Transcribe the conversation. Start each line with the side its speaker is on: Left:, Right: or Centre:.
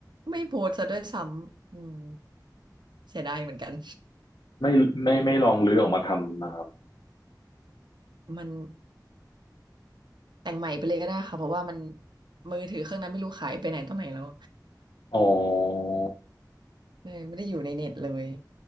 Right: ไม่โพสต์ซะด้วยซ้ำอืมเสียดายเหมือนกัน
Left: ไม่ไม่ไม่ลองรื้อออกมาทำนะครับ
Right: <laughs> มันแต่งใหม่ไปเลยก็ได้ค่ะเพราะว่ามันมือถือเครื่องนั้นไม่รู้ขายไปไหนตรงไหนแล้ว
Left: อ๋อ
Right: เลยไม่ได้อยู่ในเน็ตเลย